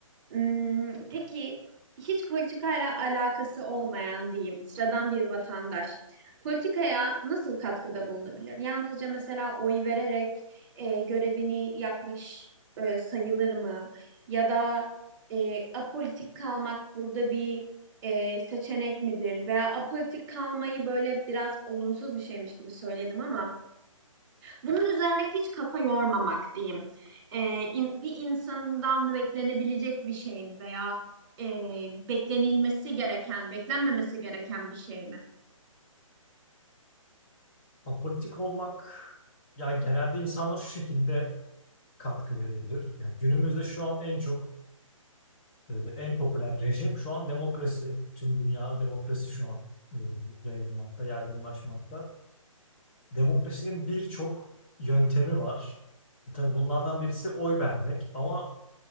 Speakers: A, on the right (about 35°); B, on the left (about 20°).
A: Hmm, peki hiç politikayla alakası olmayan diyeyim sıradan bir vatandaş politikaya nasıl katkıda bulunabilir? Yalnızca mesela oy vererek e, görevini yapmış e, sayılır mı? Ya da e, apolitik kalmak burada bir e, seçenek midir? Veya apolitik kalmayı böyle biraz olumsuz bir şeymiş gibi söyledim ama Bunun üzerine hiç kafa yormamak diyeyim. Ee, in- bir insandan beklenebilecek bir şey mi veya e, beklenilmesi gereken, beklenmemesi gereken bir şey mi?
B: Apolitik olmak ya genelde insanlar şu şekilde katkı verebilir. Yani günümüzde şu an en çok e, en popüler rejim şu an demokrasi. Tüm dünyada demokrasi şu an e, yayılmakta, yaygınlaşmakta. Demokrasinin birçok yöntemi var. E, tabii bunlardan birisi oy vermek ama